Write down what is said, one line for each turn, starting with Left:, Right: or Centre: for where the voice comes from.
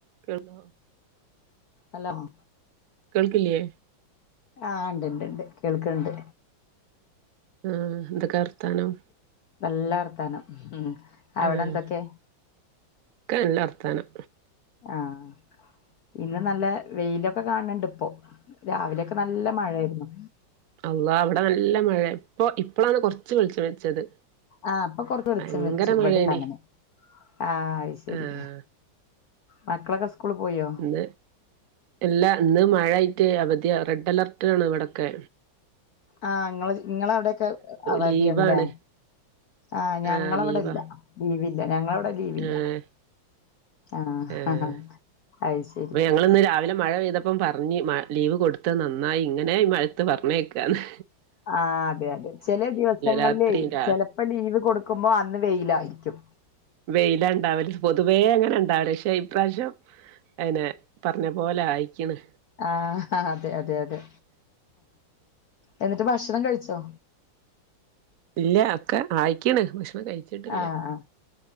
Right: കണ്ട
Left: അല്ലഹ
Right: കേൾക്കില്ലയേ
Left: ആഹ ഉണ്ട് ഇണ്ട് ഇണ്ട് കേൾക്കുന്നുണ്ട്
Right: ആഹ എന്തൊക്കെ വർത്താനം
Left: നല്ല വർത്താനം ഉ അവിടെ
Right: ആഹ്
Left: എന്തൊക്കെ
Right: നല്ല വർത്താനം
Left: ആഹ് ഇന്ന് നല്ല വെയിലൊക്കെ കാണണണ്ട് ഇപ്പോൊ രാവിലെയൊക്കെ നല്ല മഴായിരുന്നു
Right: അല്ലാ അവിടെ നല്ല മഴ ഇപ്പൊ ഇപ്പോളാണ് കുറച്ച്ു വെളിച്ച വെച്ചത്
Left: ആഹ അപ്പൊ കൊറച്ച് വിച്ചം
Right: ഭയങ്കര
Left: വെച്ചു
Right: മഴേനി
Left: വട അങ്ങനെ ആഹ അത് ശരി
Right: ആഹ്
Left: മക്കളൊക്കെ സ്കൂള് പോയോ
Right: ഇന്ന് എല്ലാ ഇന്ന് മഴ ആയിട്ട് അവധിയ റെഡ് അലർട്ട ആണ് ഇവിടെൊക്കെ
Left: ആ നിങ്ങ നിങ്ങള അവിടെൊക്കെ അവദി
Right: ലീവാണ്
Left: യാണ്ല്ലേ ആ ഞങ്ങളവിടെ
Right: ആഹ് ലീവാ
Left: ഇല്ല ലീവില്ല ഞങ്ങളവിടെ ലീവില്ല
Right: ഏഹ്
Left: ആ
Right: ഏഹ്
Left: അത് ശരി
Right: അപ്പൊ ഞങ്ങളിന്ന് രാവിലെ മഴ പെയ്തപ്പം പറഞ്ഞ് മ ലീവ് കൊടുത്ത നന്നായി ഇങ്ങനെ ഈ മഴത്ത് പറഞ്ഞേക്കാന്ന്
Left: ആ അതെ അതെ ചില ദിവസങ്ങളിലേ
Right: രാത്രിയും രാ
Left: ചിലപ്പോ ലീവ് കൊടുക്കുമ്പോ അന്ന് വെയിലായിരിക്കും
Right: വെയില ഉണ്ടാവല പൊതുവേ അങ്ങനെ ഉണ്ടാവല പക്ഷെ ഇപ്രാവശ്യം അയിനെ പറഞ്ഞ പോലെ ആയിക്കണ്
Left: ആ അതെ അതെ അതെ എന്നിട്ട് ഭക്ഷണം കഴിച്ചോ
Right: ഇല്ല ഒക്കെ ആയിക്കണ് കഴിച്ചിട്ടില്ല
Left: ആഹ് ആഹ്